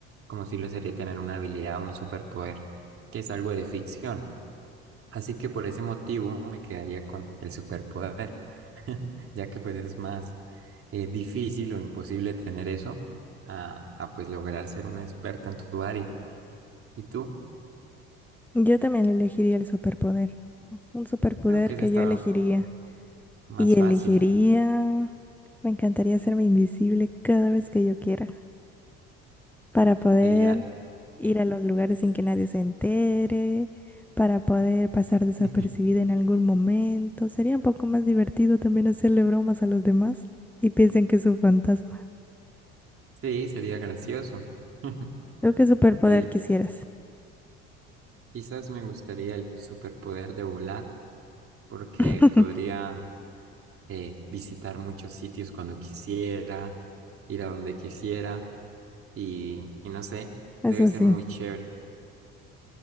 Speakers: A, on the right (about 45°); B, in the centre.
A: como si lo sería tener una habilidad o un superpoder, que es algo de ficción. Así que por ese motivo me quedaría con el superpoder, <laughs> ya que pues es más eh, difícil o imposible tener eso a, a, pues lograr ser un experto en tu área. ¿Y tú?
B: Yo también elegiría el superpoder. Un superpoder
A: Creo que ese
B: que
A: estaba
B: yo elegiría.
A: más
B: Y
A: fácil.
B: elegiría... Me encantaría hacerme invisible cada vez que yo quiera. Para poder
A: Sería,
B: ir a los lugares sin que nadie se entere. Para poder pasar desapercibida
A: <laughs>
B: en algún momento. Sería un poco más divertido también hacerle bromas a los demás y piensen que es un fantasma.
A: sí, sería gracioso. <laughs>
B: ¿Tú qué superpoder
A: Sería-
B: quisieras?
A: Quizás me gustaría el superpoder de volar, porque
B: <laughs>
A: podría eh, visitar muchos sitios cuando quisiera, ir a donde quisiera y, y no sé,
B: Eso
A: debe ser
B: sí,
A: muy chévere.